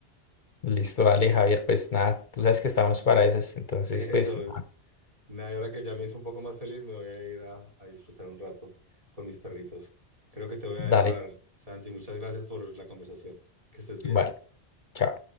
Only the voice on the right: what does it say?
<laughs> Eso,
Nada, y ahora que ya me hizo un poco más feliz, me voy a ir a, a disfrutar un rato con mis perritos. Creo que te voy a
dejar, Santi. Muchas gracias por la conversación. Que estés bien.